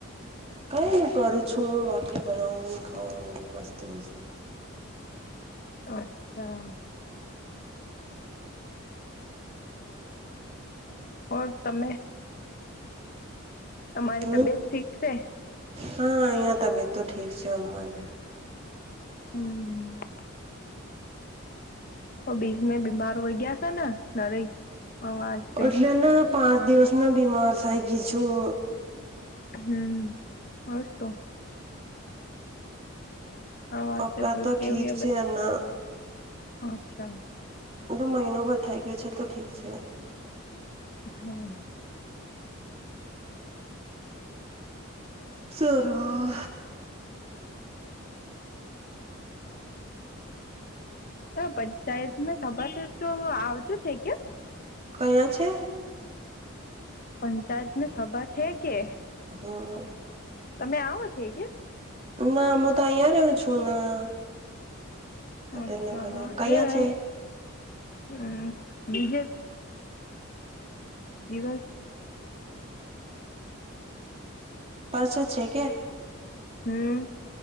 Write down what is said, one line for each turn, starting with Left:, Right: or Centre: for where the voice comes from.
Right: કઈ કરું છું રોટલી બનાવું ખઉ મસ્ત રું છું. <inaudible>
Left: અચ્છા. ઓર તમે. તમારી
Right: હમ
Left: તબિયત શીખશે.
Right: હા અહિયાં તબિયત તો ઠીક છે અમારે.
Left: હમ તો બીજ મે બીમાર હોય ગયા તા ને નરે અ વાજતે.
Right: એટલે ને પાંચ દિવસમાં બીમાર થઈ ગઈ છું.
Left: હમ હસ તો. આ વાસ્તે
Right: અપરા
Left: પૂછતી
Right: તો ઠીક
Left: કે
Right: છે, અંના
Left: અચ્છા.
Right: એતો મહિનો પણ થઈ ગયો છે, તો ઠીક છે.
Left: હમ.
Right: સરા.
Left: હ પંચાયત <unintelligible> તો આવજો છે કેમ
Right: કયા છે.
Left: પંચાયતની સભા છે કે
Right: હા.
Left: તમે આવો છે, ક્યા
Right: ના હું તો અહિયા રેહુ છું ના ખાતરનગર
Left: અચ્છા
Right: કયા
Left: લેવે
Right: છે
Left: હમ બીજે દિવસ
Right: પરસો છે કે
Left: હમ